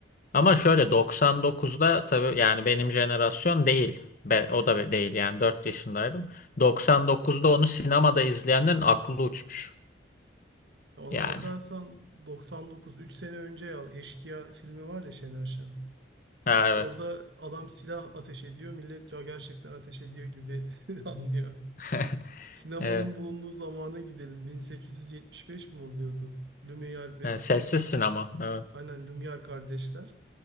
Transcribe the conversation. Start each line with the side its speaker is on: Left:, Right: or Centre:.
Left: Ama şöyle 99'da tabii yani benim jenerasyon değil. Be- o da be- değil yani 4 yaşındaydım. 99'da onu sinemada izleyenlerin aklı uçmuş.
Right: Ya ona
Left: Yani.
Right: bakarsan 99, 3 sene önce ya Eşkıya filmi var ya Şener Şen.
Left: Ha, evet.
Right: Orada adam silah ateş ediyor. Millet ya gerçekten ateş ediyor gibi <laughs> anlıyor.
Left: <laughs>
Right: Sinemanın
Left: Evet.
Right: bulunduğu zamana gidelim. 1875 mi oluyordu? Lumière bir
Left: Evet, Sessiz sinema. Evet.
Right: Aynen Lumière kardeşler.